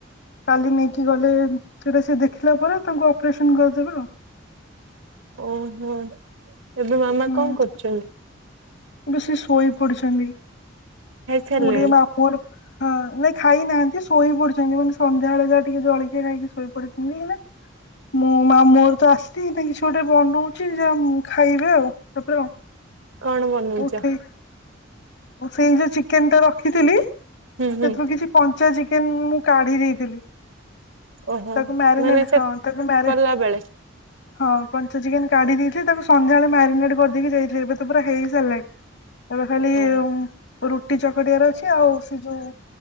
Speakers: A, on the left; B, on the right.
A: କାଲି ନେଇକି ଗଲେ, ସେଟା ସିଏ ଦେଖିଲା ପରେ, ତାଙ୍କୁ ଅପରେସନ କରିଦେବେ ଆଉ।
B: ଓହୋ! ଏବେ ମାମା
A: ହୁଁ
B: କଣ କରୁଚନ୍ତି?
A: ଏବେ ସେ ଶୋଇ ପଡିଛନ୍ତି।
B: ଖାଇସାରିଲେଣି
A: ମୁଁ ଟିକେ, ମାମୁଁ ଅର ହଁ, ନାଇଁ ଖାଇନାହାଁନ୍ତି। ଶୋଇ ପଡିଛନ୍ତି ମାନେ ସନ୍ଧ୍ୟାବେଳେ ଯାହା ଟିକେ ଜଳଖିଆ ଖାଇକି ଶୋଇ ପଡିଛନ୍ତି କିନା। ମୁଁ, ମାମୁଁ ହରୁ ତ ଆସଲି। ହେତି ପାଇଁ କିଛି ଗୋଟେ ବନଉଛି, ଯେ ଖାଇବେ ଆଉ। ତା'ପରେ ଆଉ।
B: କଣ ବନେଇଚ?
A: ଉଠେଇ ସେଇ ଯୋଉ ଚିକେନ୍ ଟା ରଖିଥିଲି। ସେଥିରୁ
B: ହୁଁ ହୁଁ
A: କିଛି କଞ୍ଚା ଚିକେନ୍ ମୁଁ କାଢି ଦେଇଥିଲି।
B: ଓହୋ
A: ତାକୁ ମ୍ୟାରିନେଡ଼
B: ମାନେ ସେ
A: ହଁ, ତାକୁ ମ୍ୟାରେ
B: କଲା ବେଳେ
A: ହଁ କଞ୍ଚା ଚିକେନ କାଢି ଦେଇଥିଲେ ତାକୁ ସନ୍ଧ୍ୟାବେଳେ ମ୍ୟାରିନେଟ୍ କରିଦେଇକି ଯାଇଥିଲ ଏ ତ ପୁରା ହେଇ ସାରିଲାଣି। ଏଵେ ଖାଲି
B: ଓହୋ।
A: ଉଁ ରୁଟି ଚକଟିଆର ଅଛି ଆଉ ସେ ଯୋଉ